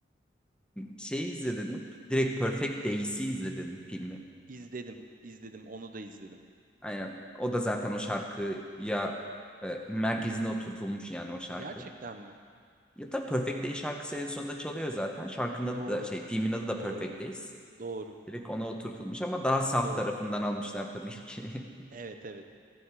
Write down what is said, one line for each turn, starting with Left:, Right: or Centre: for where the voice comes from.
Centre: Şeyi izledim. Direkt Perfect Days'i izledim filmi.
Right: İzledim, izledim, onu da izledim.
Centre: Aynen. O da zaten o şarkıya e, merkezine oturtulmuş yani o şarkı.
Right: Gerçekten mi?
Centre: Ya tabii Perfect Days şarkısı en sonunda çalıyor zaten. Şarkının adı
Right: Doğru,
Centre: da şey filmin adı da
Right: doğru,
Centre: Perfect Days.
Right: doğru,
Centre: Direkt ona oturtulmuş ama daha saf
Right: doğru.
Centre: tarafından almışlar tabii ki. <laughs>
Right: Evet evet.